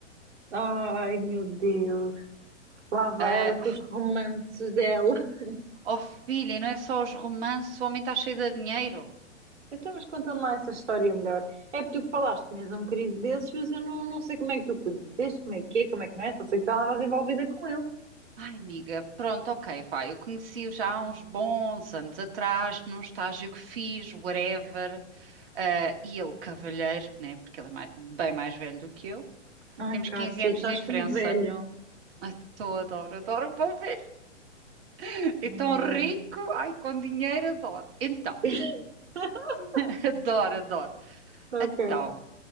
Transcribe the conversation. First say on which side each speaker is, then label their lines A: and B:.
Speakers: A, on the right; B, on the right.
A: Ai, meu Deus, lá vai
B: Ah,
A: ela com os romances dela. <laughs>
B: oh, filha, e não é só os romances, o homem está cheio de dinheiro.
A: Então, mas conta-me lá essa história melhor. É porque tu falaste, tinhas um querido desses, mas eu não, não sei como é que tu o conheceste, como é que é, como é que não é, só sei que estavas envolvida com ele.
B: Ai, amiga, pronto, ok, vai. Eu conheci-o já há uns bons anos atrás, num estágio que fiz, whatever, ah, e ele cavalheiro, né? Porque ele é mai- bem mais velho do que eu.
A: Ai,
B: Temos
A: Kátia,
B: 15 anos
A: estás
B: de diferença.
A: como velho.
B: Ah, tô, adoro, adoro um bom velho. <laughs> E
A: Ai,
B: tão
A: não aguento.
B: rico, ai, com dinheiro, adoro. Então,
A: <laughs>
B: <laughs> adoro, adoro.
A: Ok.
B: Então,